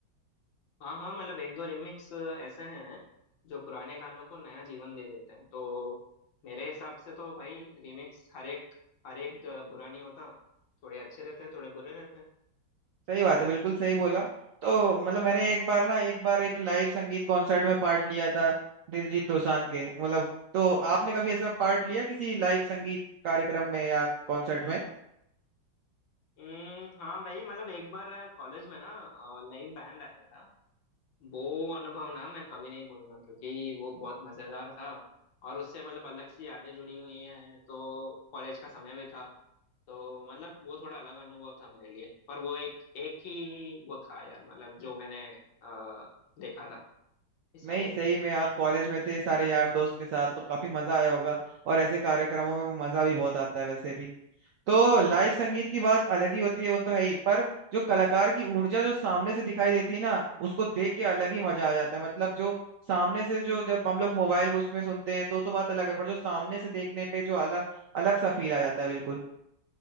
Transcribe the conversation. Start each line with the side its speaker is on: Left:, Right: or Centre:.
Left: हाँ हाँ मतलब एक दो रिमिक्स ऐसे हैं जो पुराने गानों को नया जीवन दे देते हैं तो मेरे हिसाब से तो भाई रीमिक्स हर एक हर एक बुरा नहीं होता थोड़े अच्छे रहते हैं थोड़े बुरे रहते हैं
Right: सही बात है बिल्कुल सही बोला तो मतलब मैंने एक बार ना एक बार एक लाइव संगीत कॉन्सर्ट में पार्ट लिया था दिलजीत दोसांझ के मतलब तो आपने कभी ऐसा पार्ट लिया किसी लाइव संगीत कार्यक्रम में या कॉन्सर्ट में
Left: हम्म हाँ भाई मतलब एक बार कॉलेज में ना लाइव बैंड आया था वो अनुभव ना मैं कभी नहीं भूलूंगा क्योंकि वो बहुत मजेदार था और उससे मतलब अलग सी यादें जुड़ी हुई हैं तो कॉलेज का समय भी था तो मतलब वो थोड़ा अलग अनुभव था मेरे लिए पर वो एक एक ही वो था यार मतलब जो मैंने अ, देखा था हिस्सा
Right: नहीं
Left: लिया था
Right: सही में आप कॉलेज में थे सारे यार दोस्त के साथ तो काफी मजा आया होगा और ऐसे कार्यक्रमों में मजा भी बहुत आता है वैसे भी तो लाइव संगीत की बात अलग ही होती है वो तो है ही पर जो कलाकार की ऊर्जा जो सामने से दिखाई देती है ना उसको देख के अलग ही मजा आ जाता है मतलब जो सामने से जो जब हम लोग मोबाइल उसमें सुनते हैं तो तो बात अलग है पर जो सामने से देखने पे जो अलग अलग सा फील आ जाता है बिल्कुल